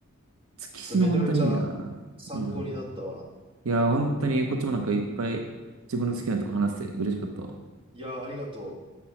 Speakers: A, on the right; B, on the right.
A: 月島本当にいいな。
B: ちょっとめちゃめちゃ参考になったわ。
A: うん。いや、本当にこっちもなんかいっぱい自分の好きなとこ話して嬉しかったわ。
B: いや、ありがとう。